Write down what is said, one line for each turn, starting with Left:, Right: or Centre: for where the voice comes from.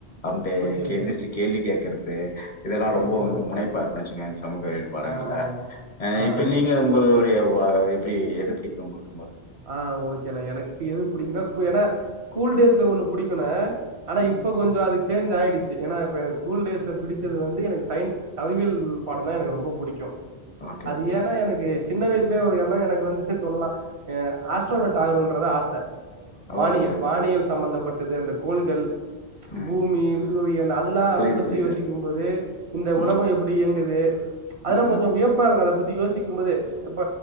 Left: அம்டே
Right: ஓகே
Left: கேந்திரிச்சுக்
Right: ஓகே
Left: கேள்வி கேக்கறத் தே இதெல்லா ரொம்ப
Right: ஓகேண்ணா
Left: வந்து முனைப்பாப்டே வெச்சுங்கே இந்த சமூக அறிவியல் பாடங்கள்ல
Right: ஆ ஆ
Left: அ
Right: ஆ
Left: இப்ப நீங்க
Right: ஆ
Left: உங்களுடைய வாவ் எப்டி எது பிடிக்கு உங்குளுக்கு
Right: ஆ ஓகேண்ணா எனக்கு எது புடிக்குனா ஸ்கூ எனா ஸ்கூல் டேஸ்ல ஒன்னு புடிக்குணே ஆனா
Left: ம்.
Right: இப்ப கொஞ்சோ அதுக் சேஞ்ச் ஆயிடுச்சி எனா இப்ப எனகு ஸ்கூல் டேஸ்ல பிடிச்சது வந்து எனக்கு சயின்ஸு கவிவியல் பாடந்தா எனகு ரொம்போ புடிக்கு
Left: ஓகே,
Right: அது
Left: ஓகே.
Right: ஏன்னா எனகு சின்ன வயசுலே ஒரு எண்ணோ எனக்கு வந்துட்டு சொல்லா ஏ ஆஸ்ட்ரானட்
Left: ம்.
Right: ஆகணும்ன்றத்தா ஆச
Left: ஓ!
Right: வானியல்
Left: ஓ!
Right: வானியல் சம்பந்தப்பட்டது அந்த கோள்கள்
Left: ம்.
Right: பூமி சூரியன் அதுல்லா
Left: புரியுது,
Right: அத பத்தி
Left: புரியுது.
Right: யோசிக்கும்போது இந்த
Left: ம்.
Right: உலககோ
Left: ஓ!
Right: எப்புடி இயங்குது அதல்லா
Left: ம்.
Right: கொஞ்ச வியப்பா இருக்கு அத பத்தி யோசிக்கும்போது எப்ப